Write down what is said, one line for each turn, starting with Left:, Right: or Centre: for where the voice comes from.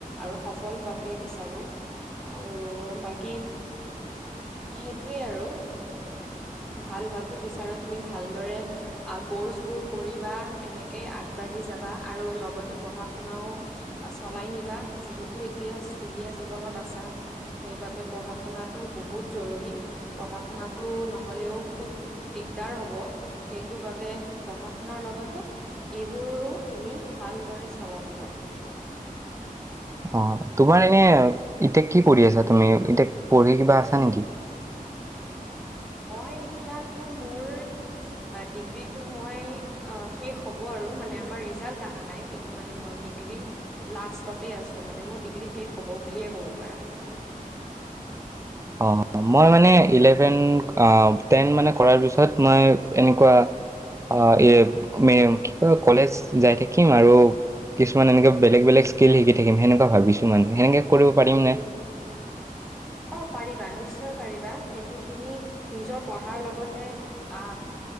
Centre: আৰু সফল হোৱাটোৱেই বিচাৰোঁ আৰু বাকী সেইটোৱে আৰু ভাল হোৱাতটো বিচাৰো তুমি ভালদৰে কৰ্চ বোৰ কৰিবা এনেকে আগবাঢ়ি যাবা আৰু লগতে পঢ়া -শুনাও চলাই নিবা যিহেতু এতিয়া স্কুলীয়া জীৱনত আছা সেইবাবে পঢ়া শুনাাতটো বহুত জৰুৰী। পঢ়া-শুনাটো নহ'লেও খুব দিগদাৰ হ'ব। সেইটো বাবে পঢ়া-শুনাৰ লগতে এইবোৰৰো তুমি ভালদৰে চলাই নিবা।
Right: অ', তোমাৰ এনে এতিয়া কি কৰি আছা তুমি, এতিয়া পঢ়ি কিবা আছা নেকি?
Centre: মই এতিয়াতো মোৰ ডিগ্ৰীটো মই শেষ হ'ব আৰু মানে আমাৰ ৰিজাল্ট আহা নাই। কিন্তু মানে মই ডিগ্ৰী লাষ্টতে আছোঁ, মানে মোৰ ডিগ্ৰী শেষ হ'ব বুলিয়ে ক'ব পাৰা।
Right: অ', মই মানে ইলেভেন টেন মানে কৰাৰ পিছত মই এনেকুৱা অ', এ উ, কি কয় কলেজ যাই থাকিম আৰু কিছুমান এনেকৈ বেলেগ বেলেগ স্কিল শিকি থাকিম সনেকুৱা ভাবিছোঁ মানে, সেনেকে কৰিব পাৰিম নে?
Centre: অ', পাৰিবা নিশ্চয় পাৰিবা, সেইটো তুমি নিজৰ পঢ়াৰ লগতে আ,